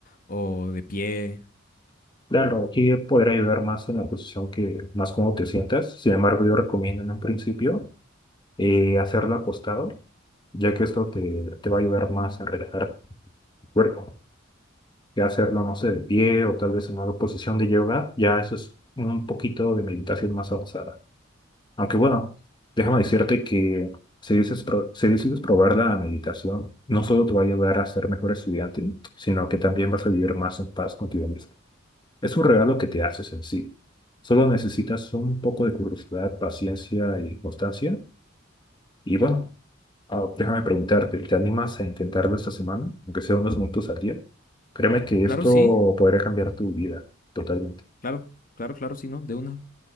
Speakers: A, on the left; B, on the left.
A: o de pie.
B: Claro, aquí poder ayudar más en la posición que más cómodo te sientas. Sin embargo, yo recomiendo en un principio eh, hacerlo acostado, ya que esto te, te va a ayudar más a relajar el cuerpo. Ya hacerlo, no sé, de pie o tal vez en una posición de yoga, ya eso es un poquito de meditación más avanzada. Aunque bueno, déjame decirte que si dices, pro- si decides probar la meditación, no solo te va a ayudar a ser mejor estudiante, sino que también vas a vivir más en paz contigo mismo. Es un regalo que te haces en sí. Solo necesitas un poco de curiosidad, paciencia y constancia. Y bueno, ah, déjame preguntarte, ¿te animas a intentarlo esta semana, aunque sea unos minutos al día? Créeme que esto
A: Claro, sí,
B: podría cambiar tu vida totalmente.
A: claro, claro, claro, sí, ¿no? De una.